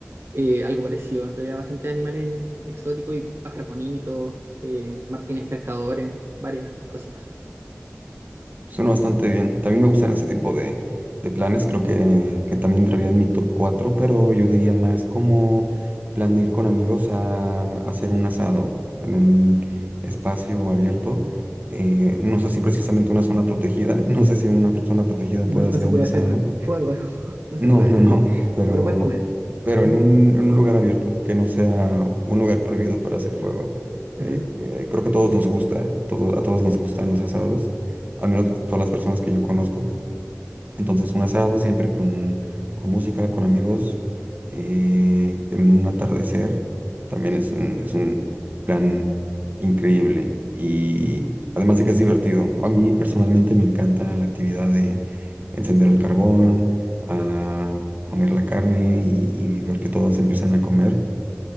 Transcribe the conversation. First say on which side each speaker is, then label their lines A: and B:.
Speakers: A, on the right; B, on the right.
A: eh, algo parecido, en realidad bastante animales exóticos y pájaros bonitos, eh, martines pescadores, varias cositas.
B: Suena bastante bien. También me gustan ese tipo de, de planes. Creo que, que también entraría en mi top 4 pero yo diría más como plan de ir con amigos a, a hacer un asado en un espacio abierto. Eh, no sé si precisamente una zona protegida. <laughs> No sé si en una zona protegida
A: No,
B: puede hacer
A: no se
B: un
A: puede
B: asado.
A: hacer fuego, <laughs> ¿no? No
B: No,
A: se puede,
B: no, no, pero,
A: pero puedes comer.
B: pero
A: Ujú,
B: en un, en un lugar abierto, que no sea un lugar prohibido para hacer fuego. Eh,
A: ajá,
B: eh, creo que a todos nos gusta, todo- a todos nos gustan los asados, al menos todas las personas que yo conozco. Entonces un asado siempre con, con música, con amigos, eh, en un atardecer, también es un, es un plan increíble. Y además de que es divertido, a mí personalmente me encanta la actividad de encender el carbón, a poner la carne y, y ver que todos empiezan a comer.